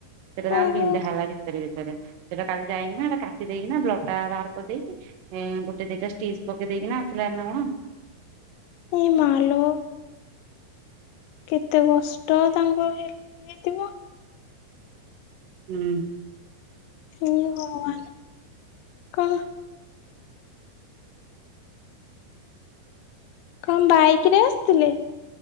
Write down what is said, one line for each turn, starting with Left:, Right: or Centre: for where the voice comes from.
Right: ସେରେ ତା
Left: ଓହୋ
Right: ଭିଧେ ହେଲା ଭିତରେ ଭିତରେ ସେଇଟା କାଲି ଯାଇକିନା କାଟି ଦେଇକିନା ବ୍ଲଡ ଟା ବାହାର କରିଦେଇକି ଏ ଗୋଟେ ଦିଟା ଷ୍ଟିଜ ପକେଇ ଦେଇକିନା ଆଉଥିଲା ନା
Left: ଏଇ ମାଲ କେତେ କଷ୍ଟ ତାଙ୍କର ହେ ହେଇଥିବ।
Right: ହୁଁ।
Left: ହ ଭଗବାନ କଣ? କଣ ବାଇକ ରେ ଆସିଥିଲେ?